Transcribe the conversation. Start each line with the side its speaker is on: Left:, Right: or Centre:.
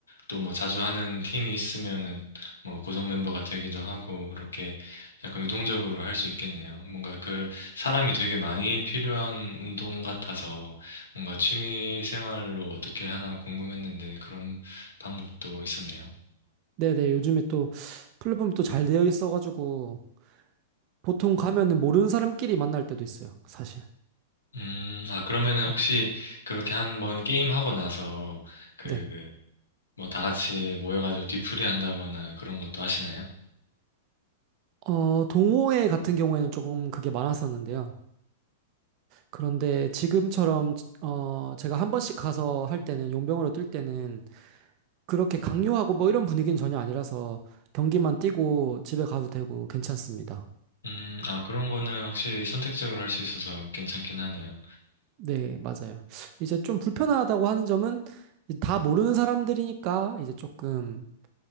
Left: 또 뭐 자주 하는 팀이 있으면은 뭐 고정 멤버가 되기도 하고 그렇게 약간 유동적으로 할 수 있겠네요. 뭔가 그 사람이 되게 많이 필요한 운동 같아서 뭔가 취미 생활로 어떻게 하나 궁금했는데 그런 방법도 있었네요.
Right: 네네, 요즘에 또 플랫폼이 또 잘 되어 있어가지고 보통 가면은 모르는 사람끼리 만날 때도 있어요, 사실.
Left: 음, 아, 그러면은 혹시
Right: 음,
Left: 그렇게 한번 게임하고 나서 그
Right: 네.
Left: 뭐 다 같이 모여가지고 뒤풀이 한다거나 그런 것도 하시나요?
Right: 어, 동호회 같은 경우에는 조금 그게 많았었는데요. 그런데 지금처럼, 어, 제가 한 번씩 가서 할 때는, 용병으로 뛸 때는 그렇게 강요하고 뭐 이런 분위기는 전혀 아니라서 경기만 뛰고 집에 가도 되고 괜찮습니다.
Left: 음, 아, 그런 거는 확실히 선택적으로 할 수 있어서 괜찮긴 하네요.
Right: 네, 맞아요. 이제 좀 불편하다고 하는 점은 다 모르는 사람들이니까 이제 조금